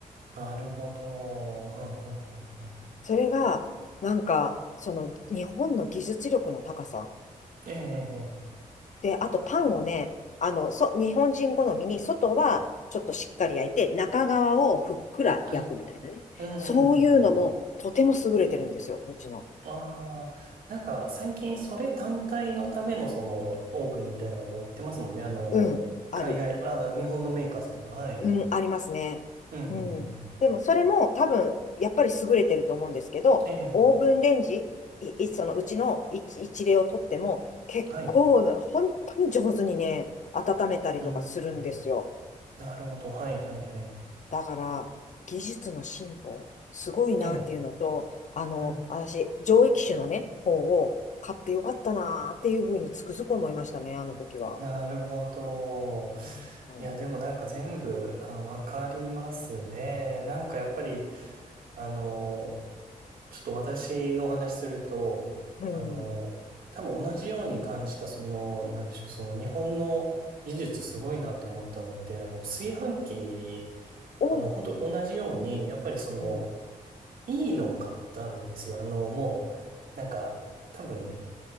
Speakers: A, on the right (about 75°); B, on the left (about 55°).
A: あ、なるほど。うん、うん、うん、うん。
B: それが、なんか、その日本の技術力の高さ。
A: ええ、ええ。ええ
B: で、あとパンをね、あの、そ、日本人好みに、外はちょっとしっかり焼いて、中側をふっくら焼くみたいなね。
A: はい。うん、
B: そういうのもとても優れてるんですよ、
A: うん、うん、うん。
B: うちの。
A: ああ、なんか最近それ単体のためのそのオーブンみたいなのも売ってますもんね。あの、
B: うん、ある。
A: 海外、あー、日本のメーカーさんにも。はい。
B: うん、ありますね。
A: うん、
B: うん。
A: うん、うん。
B: でも、それも多分、やっぱり優れてると思うんですけど、
A: ええ、
B: オーブンレンジ、い、いそのうちの一、一例をとっても、結構な、
A: はい。う
B: 本当に上手にね、温めたりとかするんですよ。
A: ーん。なるほど。はい、はい、はい。
B: だから、技術の進歩、すごいなっていうのと、
A: ええ、
B: あの、
A: うん。
B: 私、上位機種のね、方を買ってよかったなっていうふうにつくづく思いましたね、あの時は。
A: なるほど。
B: うん。
A: いや、でもなんか全部、あ、わかりますね。なんかやっぱり、あの、ちょっと私のお話すると、
B: うん。
A: あの、多分同じように感じた、その、なんでしょう、その日本の技術すごいなって思ったのって、あの、炊飯器、
B: お、
A: あの、本当同じように、やっぱりその、
B: うん。
A: いいのを買ったんですよ。あの、もう、なんか、多分、